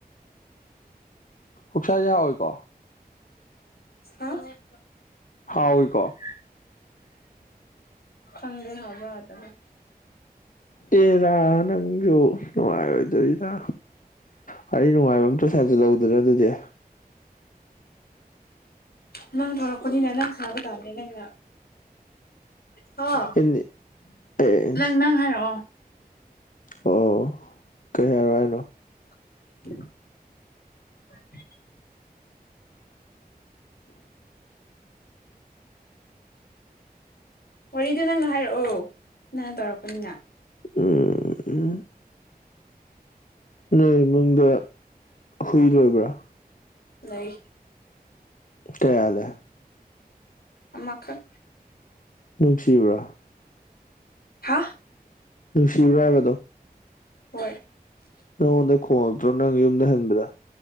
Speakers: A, on the left; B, on the left.
A: ꯍꯣꯛꯁꯥꯖꯤ ꯍꯥꯎꯏꯀꯣ
B: ꯍꯥ <unintelligible>
A: ꯍꯥꯎꯋꯤꯀꯣ
B: ꯈꯪꯗꯦ ꯍꯥꯎꯕ꯭ꯔꯥ ꯍꯥꯎꯇꯕ꯭ꯔꯥ
A: ꯑꯦꯔꯥ ꯅꯪꯖꯨ ꯅꯨꯡꯉꯥꯏꯔꯣꯏꯗꯣꯔꯤꯗ ꯋꯥꯔꯤ ꯅꯨꯡꯉꯥꯏꯕ ꯑꯝꯇ ꯁꯥꯖꯜ ꯂꯛꯎꯗꯅ ꯑꯗꯨꯗꯤ
B: ꯅꯪ ꯊꯧꯔꯄꯅꯤꯅꯥ ꯅꯪ ꯁꯥꯕ ꯇꯥꯕꯅꯦ ꯅꯪꯅ ꯍꯣ
A: ꯑꯦꯅꯤ ꯑꯦ
B: ꯅꯪ ꯅꯪ ꯍꯥꯏꯔꯛꯑꯣ
A: ꯑꯣ ꯀꯩ ꯍꯥꯏꯔꯛ ꯑꯣ ꯍꯥꯏꯅꯣ
B: <inaudible> ꯋꯥꯔꯤꯗ ꯅꯪꯅ ꯍꯥꯏꯔꯛꯑꯣ ꯅꯪꯅ ꯇꯧꯔꯛꯄꯅꯤꯅ
A: ꯑꯝ ꯑꯝ ꯅꯣꯏ ꯏꯃꯨꯡꯗ ꯍꯨꯏ ꯂꯣꯏꯕ꯭ꯔꯥ
B: ꯂꯩ
A: ꯀꯌꯥ ꯂꯩ
B: ꯑꯃ ꯈꯛ
A: ꯅꯨꯡꯁꯤꯕ꯭ꯔꯥ
B: ꯍꯥꯥ
A: ꯅꯨꯡꯁꯤꯕ꯭ꯔꯥ ꯍꯥꯏꯕꯗꯣ
B: ꯍꯣꯏ
A: ꯅꯪꯉꯣꯟꯗ ꯈꯣꯡꯉꯛꯇ꯭ꯔꯣ ꯅꯪ ꯌꯨꯝꯗ ꯍꯟꯕꯗ